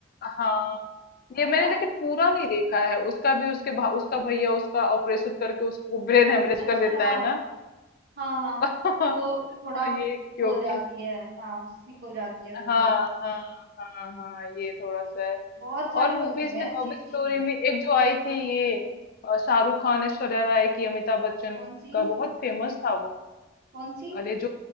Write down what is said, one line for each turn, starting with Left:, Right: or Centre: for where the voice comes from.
Left: हाँ
Right: है
Left: ये मैंने
Right: ना
Left: लेकिन पूरा नहीं देखा है उसका भी उसके भा, उसका भैया उसका ऑपरेशन करके उसको ब्रेन हेमरेज
Right: अच्छा
Left: कर देता है ना
Right: हाँ हाँ
Left: <laughs>
Right: वो थोड़ा
Left: ये
Right: वो
Left: क्योंकि
Right: हो जाती है हाँ सिक हो जाती है वो
Left: हाँ
Right: थोड़ा
Left: हाँ हाँ हाँ ये थोड़ा सा है
Right: बहुत सारी
Left: और मूवीज
Right: मूवीज हैं
Left: में लव
Right: अच्छी अच्छी
Left: स्टोरी में एक जो आई थी ये अ, शाहरुख खान ऐश्वर्या राय की अमिताभ बच्चन
Right: कौन सी
Left: का बहुत फेमस था वो
Right: कौन सी
Left: अरे जो